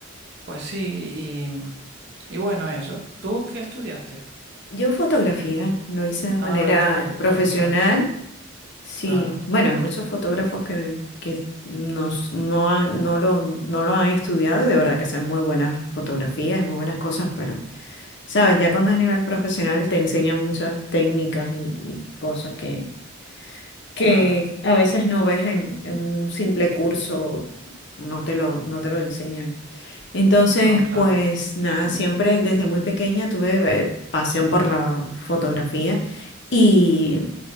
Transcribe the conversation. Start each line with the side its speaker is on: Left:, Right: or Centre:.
Right: Pues sí, y, y bueno, eso. ¿Tú qué estudiaste?
Left: Yo fotografía, lo hice de manera
Right: Ah, claro, claro,
Left: profesional.
Right: claro, claro,
Left: Sí,
Right: claro,
Left: bueno, hay muchos fotógrafos que, que nos, no, han- no lo, no lo han estudiado y de verdad que hacen muy buenas fotografías y muy buenas cosas, pero, sabes, ya cuando es nivel profesional te enseñan muchas técnicas y, y cosas que, que
Right: claro,
Left: a veces no ves en, en un simple curso, no te lo, no te lo enseñan. Entonces,
Right: no, claro.
Left: pues nada,
Right: Ujú.
Left: siempre desde muy pequeña tuve eh, pasión por la fotografía y,